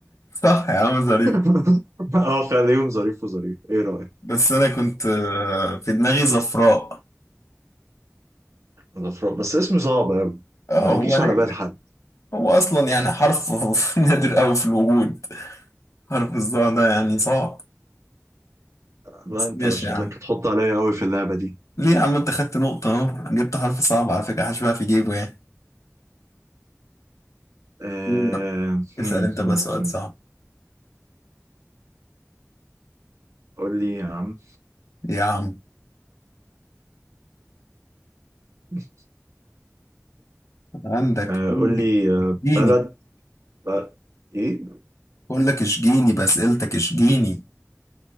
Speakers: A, on the left; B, on the right.
A: صح يا عم ظريفة
B: <laughs> اه خليهم ظريف وظريف ايه رأيك
A: بس أنا كنت آه، في دماغي زفراء
B: غفران بس اسم صعب قوي
A: اه
B: ما
A: هو
B: يجيش
A: نادر
B: على بال حد
A: هو أصلا يعني حرف <laughs> نادر أوي في الوجود حرف الظاء ده يعني صعب
B: لا
A: بس
B: انت
A: ماشي
B: شكلك
A: يا عم
B: هتحط عليا قوي في اللعبة دي
A: ليه يا عم أنت خدت نقطة أهو جبت حرف صعب على فكرة حشبها في جيبه يعني
B: آه...
A: دورك.
B: هم،
A: اسأل أنت
B: هم،
A: بقى سؤال
B: هم.
A: صعب
B: قول لي يا عم
A: يا عم
B: <laughs>
A: عندك
B: آه...
A: إيه؟
B: قول لي آه،
A: جيني
B: بلد ب... ايه
A: أقول لك اشجيني بأسئلتك اشجيني